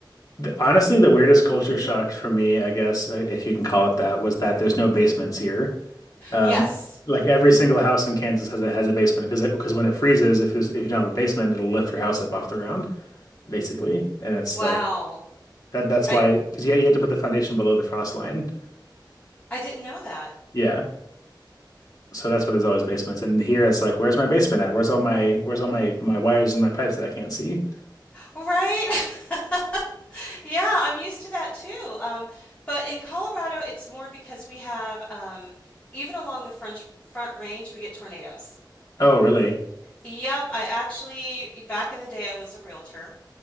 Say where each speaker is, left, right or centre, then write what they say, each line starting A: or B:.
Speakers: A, on the left (about 50°); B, on the left (about 20°).
A: The- honestly, the weirdest culture shock for me, I guess, uh, if you can call it that, was that there's no basements here. Um,
B: Yes.
A: like every single house in Kansas has a has a basement because because when it freezes, if there's if you don't have a basement, it'll lift your house up off the ground basically, and it's
B: Wow.
A: like that. That's
B: I
A: why because you you have to put the foundation below the frost line.
B: I didn't know that.
A: Yeah. So that's why there's always basements. And here it's like, where's my basement at? Where's all my where's all my my wires and my pipes that I can't see?
B: Right? <laughs> Yeah, I'm used to that too. Um, but in Colorado, it's more because we have um, even along the front front range, we get tornadoes.
A: Oh, really?
B: Yep, I actually back in the day I was a realtor